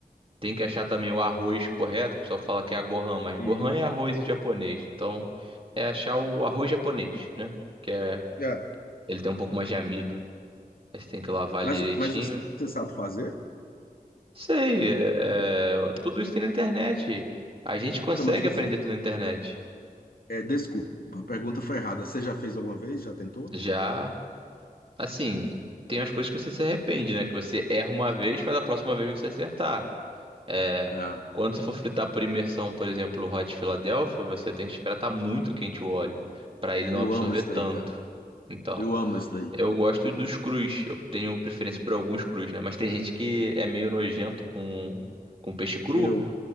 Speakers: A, on the right (about 35°); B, on the left (about 75°).
A: Tem que achar também o arroz correto. O pessoal fala que é a gohan, mas
B: Isso.
A: gohan é arroz em japonês. Então, é achar o arroz japonês, né? Que é,
B: É,
A: ele tem um pouco mais de amido. Aí você tem que lavar
B: Mas,
A: ele direitinho.
B: mas você sabe fazer?
A: Sei, é- é, tudo isso tem na internet. A gente consegue
B: Então, eu digo
A: aprender
B: assim,
A: tudo na internet.
B: é, desculpa, a pergunta foi errada. Você já fez alguma vez? Já tentou?
A: Já, assim, tem as coisas que você se arrepende, né? Que você erra uma vez, mas a próxima vez você acertar. É,
B: É,
A: quando você for fritar por imersão, por exemplo, o Hot Philadelphia, você tem que esperar estar muito quente o óleo, para ele não
B: eu
A: absorver
B: amo isso
A: tanto.
B: daí, cara.
A: Então,
B: Eu amo isso daí.
A: eu gosto dos crus. Eu tenho preferência por alguns crus, né? Mas tem gente que é meio nojento com, com peixe cru.
B: Eu,